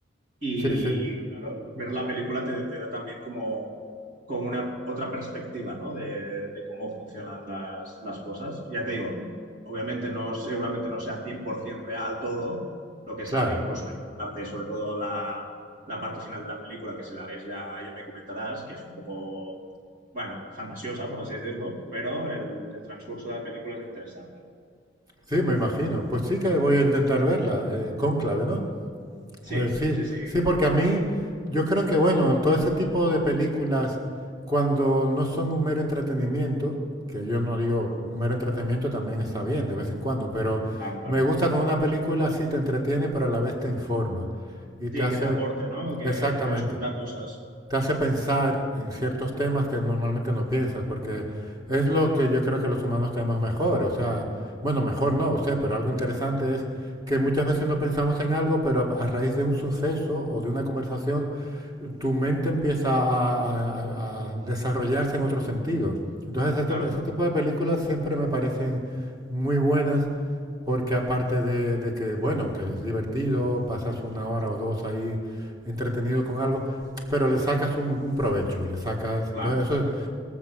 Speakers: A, on the right; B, on the right.
A: Y
B: Sí, sí,
A: claro, ver la película te, te da también como, como una otra perspectiva, ¿no? De, de cómo funcionan las, las cosas. Ya te digo, obviamente no, seguramente no sea 100% real todo lo que
B: claro.
A: sale, incluso hay una parte, sobre todo la, la parte final de la película, que si la ves ya, ya me comentarás, que es un poco, bueno, fantasiosa, por así decirlo, pero el, el transcurso de la película es interesante.
B: Sí, me imagino. Pues sí que voy a intentar verla, eh, Cónclave, ¿no?
A: Sí,
B: Eh, sí,
A: sí, sí,
B: sí, porque a mí, yo creo que, bueno, todo ese tipo de películas, cuando no son un mero entretenimiento, que yo no digo un mero entretenimiento también está bien de vez en cuando, pero
A: claro, claro.
B: me gusta cuando una película sí te entretiene, pero a la vez te informa y te
A: Sí,
B: hace...
A: que te aporte, ¿no? Que,
B: Exactamente
A: que te descubra cosas.
B: te hace pensar en ciertos temas que normalmente no piensas, porque es lo que yo creo que los humanos tenemos mejor. O sea, bueno, mejor no, sé, pero algo interesante es que muchas veces no pensamos en algo, pero a, a raíz de un suceso o de una conversación, tu mente empieza a, a- a- a desarrollarse en otro sentido. Entonces,
A: Claro.
B: este, ese tipo de películas siempre me parecen muy buenas porque aparte de, de que, bueno, que es divertido, pasas una hora o dos ahí entretenido con algo, pero le sacas un, un provecho, le sacas...
A: Claro,
B: Entonces eso,
A: exacto.